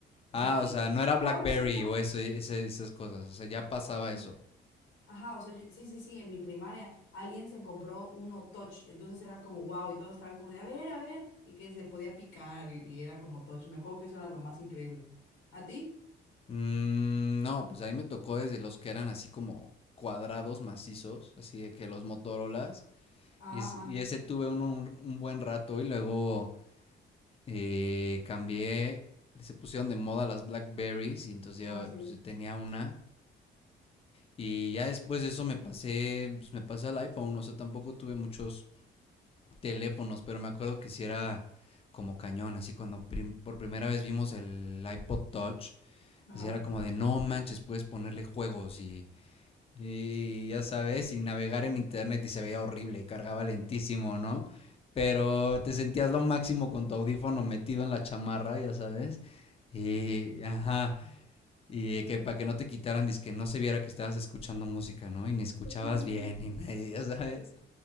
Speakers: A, on the left (about 85°); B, on the left (about 30°).
A: O
B: Ah,
A: sea,
B: o sea,
A: <laughs>
B: no
A: <gasps>
B: era BlackBerry
A: touch se puede.
B: o eso, e, ese- esas cosas, o sea, ya pasaba
A: Sí.
B: eso.
A: Ajá, o sea, yo- sí, sí, sí, en mi primaria alguien se compró uno touch. Entonces era como wow y todos estaban como de, a ver, a ver, y que se podía picar y, y era como touch. Me acuerdo que eso era lo más increíble. ¿A ti?
B: Mm, no, pues ahí me tocó desde los que eran así como cuadrados macizos, así de que los Motorolas,
A: Ah,
B: y, es- y
A: sí.
B: ese tuve uno un un buen rato y luego... eh, cambié, se pusieron de moda las Blackberries y entonces
A: Ajá,
B: yo,
A: ah, sí.
B: pues, yo tenía una. Y ya después de eso me pasé, pues me pasé al iPhone, o sea, tampoco tuve muchos teléfonos, pero me acuerdo que si era como cañón, así cuando prim- por primera vez vimos el iPod Touch,
A: Ajá.
B: así era como de no manches, puedes ponerle juegos y y ya sabes, sin navegar
A: Sí.
B: en internet y se veía horrible y cargaba lentísimo, ¿no? Pero te sentías lo máximo con tu audífono metido en la chamarra, ya sabes. Y, ajá, y que para que no te quitaran, dizque no se viera que estabas escuchando música, ¿no? Y ni escuchabas
A: <laughs>
B: bien, ni nadie, <laughs> ya sabes.